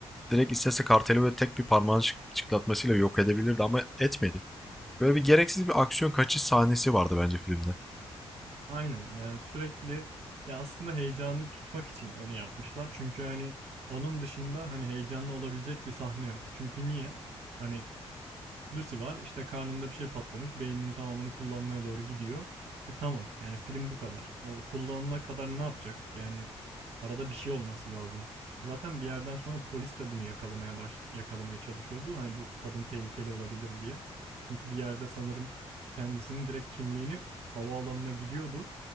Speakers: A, in the centre; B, on the right.
A: direkt istese karteli böyle tek bir parmağın çıklatmasıyla yok edebilirdi ama etmedi. Böyle bir gereksiz bir aksiyon kaçış sahnesi vardı bence filmde.
B: Aynen yani sürekli ya aslında heyecanı tutmak için onu yapmışlar. Çünkü hani onun dışında hani heyecanlı olabilecek bir sahne yok. Çünkü niye? Hani Lucy var. işte karnında bir şey patlamış. Beyninin tamamını kullanmaya doğru gidiyor. E tamam. Yani film bu kadar. kullanana kadar ne yapacak? Yani arada bir şey olması lazım. Zaten bir yerden sonra polis de bunu yakalamaya baş yakalamaya çalışıyordu. Hani bu kadın tehlikeli olabilir diye. Çünkü bir yerde sanırım kendisinin direkt kimliğini havaalanına gidiyordu.